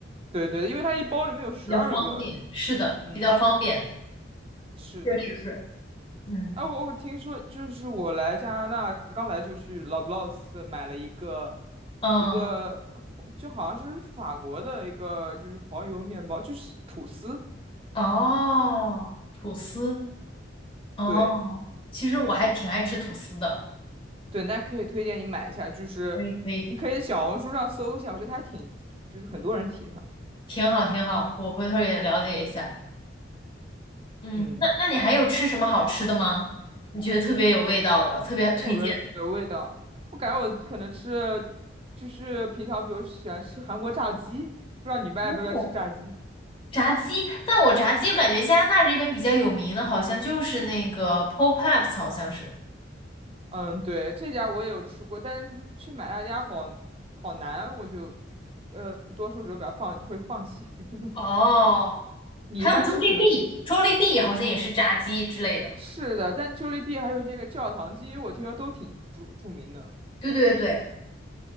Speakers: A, on the right (about 30°); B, on the left (about 25°).
A: 对对，因为它一包里面有十二个。
B: 比较方便。是的，
A: 嗯，
B: 比较方便。
A: 是的。
B: 确实是。嗯
A: 哎，我我听说就是我来加拿大刚来就去 Loblaws 买了一个
B: 嗯
A: 一个就好像是法国的一个就是黄油面包，就是吐司。
B: 哦，吐司哦，
A: 对。
B: 其实我还挺爱吃吐司的。
A: 对，那可以推荐你买一下，就是你可以小红书上搜一下，
B: 可以可以，
A: 我觉得还挺，就是很多人提它，
B: 挺好挺好，我回头也了解一下。嗯，
A: 嗯，
B: 那那你还有吃什么好吃的吗？你觉得特别有味道的，特别推荐的？
A: 特别有味道。我感觉我可能吃了，就是平常比如喜欢吃韩国炸鸡，不知道你们爱不爱吃炸鸡？
B: 哦炸鸡，但我炸鸡我感觉加拿大这边比较有名的，好像就是那个 Popeyes，好像是，
A: 嗯，对，这家我也有吃过，但是去买他家好好难，我就呃多数时候比较放会放弃。<laughs>
B: 哦，
A: 你一般吃什么？
B: 还有 Jollibee，Jollibee 好像也是炸鸡之类的。
A: 是的，但 Jollibee 还有那个教堂鸡，我听说都挺著著名的。
B: 对对对，